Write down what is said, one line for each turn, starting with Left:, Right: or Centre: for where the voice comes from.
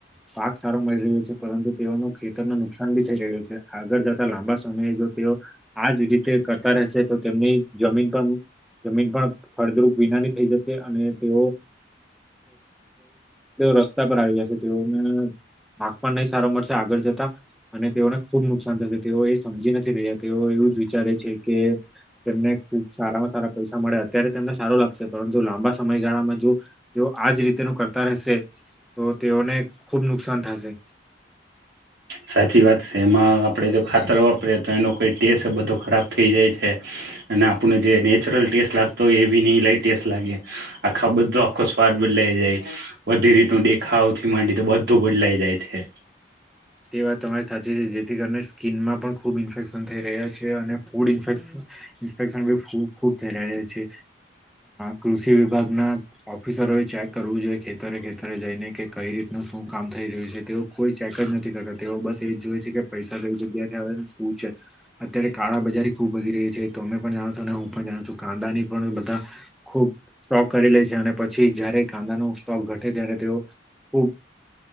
Centre: પાક સારો મળી રહ્યો છે પરંતુ તેઓનું ખેતર ન નુકસાન ભી થઈ રહ્યું છે આગળ જતા લાંબા સમયે તેઓ આજ રીતે કરતા રહેશે તો તેમનેની જમીન પણ જમીન પણ બનાની જ અને તેઓ તેઓ રસ્તા પર આવી જશે તેઓને માર્ક પણ નહી સારો મળશે આગળ જતા અને તેઓને ખુબ નુકસાન થશે તેઓ એ સમજી નથી રહ્યા તેઓ એવું જ વિચારે છે કે તેમને સારામાં સારા પૈસા મળ્યા ત્યારે તેમને સારો લાગશે પરંતુ લાંબા સમયગાળામાં જો જો આજ રીતે ન કરતા રહેશે તો તેઓને ખુબ નુકસાન થશે
Right: સાચી વાત છે એમાં આપડે જો ખાતર આપડે તો એનો કોઈ ટેસ્ટ બધો ખરાબ થઈ જાય છે અને આપને જે નેચરલ ટેસ્ટ લાગતો હોય એ બી નહ લ ટેસ્ટ લાગે આખા બધો આખો સ્વાદ બદલાઈ જાય વધી રીત દેખાવથી માંડી તો બધો બદલાઈ જાય છે
Centre: તે વાત તમારી સાચી છે જેથી કરીને સ્કીિનમાં પણ ખૂબ ઇન્ફેક્શન થઈ રહ્યા છે અને ફૂડ ઇન્ફેક્શ ઇન્ફેક્શની ખૂબ થઈ રહ્યા છે કૃષિ વિભાગના ઓફિસરો ચેક કરવું જોઈએ ખેતરે ખેતરે જઈને કે કઈ રીતનું શું કામ થઈ રહ્યું છે તે કોઈ ચેકર નથી તેઓ બસ એ જ જોય છે કે પૈસા થ જગ્યાથી શું છે અત્યારે કાળા બજારી ખુબ વધી રહી છે તમે પણ જાણો છો અને હું પણ જાણું છું કાંદા ની પણ બધા ખુબ કરી લે છે અને પછી જયારે કાંદા ન સ્ટોક ઘટે ત્યારે તેઓ ખૂબ